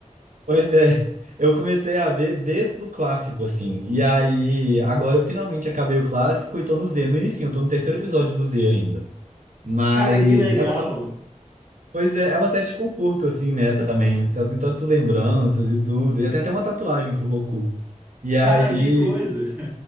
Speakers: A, on the right (about 80°); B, on the right (about 15°).
A: Pois é, eu comecei a ver desde o clássico, assim. E aí, agora eu finalmente acabei o clássico e tô no Z, no início, eu tô no terceiro episódio do Z ainda. Mas
B: Cara, que legal.
A: é, uma- pois é, é uma série de conforto, assim, né, também. Tá- Tem todas essas lembranças e tudo. E tem até uma tatuagem pro Goku. E aí,
B: Ah, que coisa.